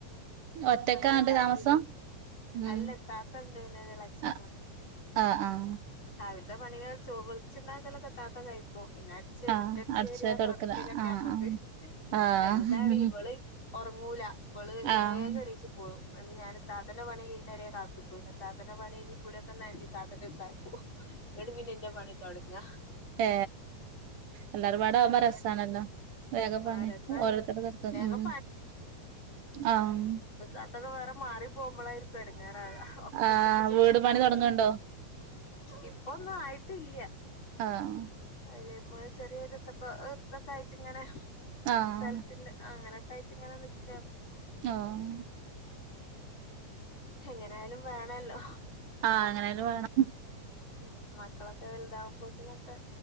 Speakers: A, on the right (about 80°); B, on the left (about 35°).
A: ഒറ്റക്കാ
B: അങ്ങനെ
A: ഇങ്ങട്ട്
B: ഉണ്ടാക്കിടെ
A: താമസം ഉം
B: അല്ല ഇത്താത്ത ഉണ്ട്, പിന്നെ എളച്ചിനണ്ട്
A: ആഹ് ആഹ് ആഹ്
B: രവിലത്തെ പണികൾ ചോറ് വെച്ചുണ്ടാക്കലൊക്കെ ഇത്താത്ത കഴിക്കും പിന്നെ <unintelligible>
A: ആഹ്
B: മുറ്റടിച്ചാര
A: അടിച്ചല് തൊടക്കല്
B: തുടക്കലൊക്കെ
A: ആഹ് ആഹ്
B: അമ്മക്ക്,
A: ആഹ്
B: അയിന് താണ് ഇവള് ഒറങ്ങൂല നമ്മള് വേഗം
A: ആഹ്
B: എണീച്ച് പോകും ഞാന് ഇത്താത്തൻ്റെ പണി കഴിണവരെ കാത്ത്ക്കും. പിന്നെ ഇത്താത്തൻ്റെ പണി കഴിഞ്ഞ് കുളി <unintelligible> താത്തക്ക് <unintelligible> എന്നിട്ട് പിന്നെ എന്റെ പണി തുടങ്ങ
A: ഏ എല്ലാരും പാട ആകുമ്പോ
B: അങ്ങനെ
A: രസമാണല്ലോ വേഗപ്പാനെ
B: ആ രസാണ്
A: ഓരോരുത്തരുടെ പേർക്ക്
B: വേഗം
A: ഉം ആഹ്
B: താത്തൊക്കെ വേറെ മാറി പോകുമ്പോളായിരിക്കും എടങ്ങേറാവാ ഒക്ക
A: ആഹ്
B: ഒറ്റക്കെ ചെയ്യുന്നതാകുമ്പോള
A: വീട് പണി തൊടങ്ങ്ണ്ടോ
B: ഇപ്പൊന്നും ആയിട്ടില്ല
A: ആഹ്
B: അയ്‌ലെമ്മ ചെറിയൊരു തൊക്കെ ഇതൊക്കെ ആയിട്ട് ങ്ങനെ
A: ആഹ്
B: സ്ഥലത്തിന്റെ അങ്ങനൊക്ക ആയിട്ട് ഇങ്ങനെ നിക്കാണ്
A: ആഹ്
B: എങ്ങനൊയാലും വേണല്ലോ
A: ആഹ് ങ്ങനായാലും വേണം
B: ഹ് മക്കളൊക്കെ വലുതാവുമ്പോത്തനൊക്കെ